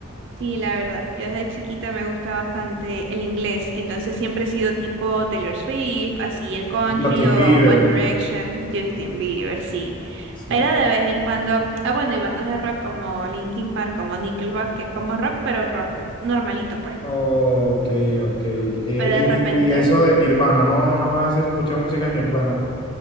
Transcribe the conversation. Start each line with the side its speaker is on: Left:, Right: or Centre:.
Right: Sí, la verdad, yo desde chiquita me gusta bastante el inglés, entonces siempre he sido tipo Taylor Swift, así el country
Left: Justin
Right: o
Left: Bieber,
Right: One Direction, Justin Bieber, sí.
Left: sí.
Right: Pero de vez en cuando, ah bueno, y bandas de rock como Linkin Park, como Nickelback, que es como rock, pero rock normalito pues.
Left: Ok, ok. Eh,
Right: Pero de
Left: y,
Right: repente,
Left: ni- y eso de Nirvana, ¿no? ¿No has escuchado música de Nirvana?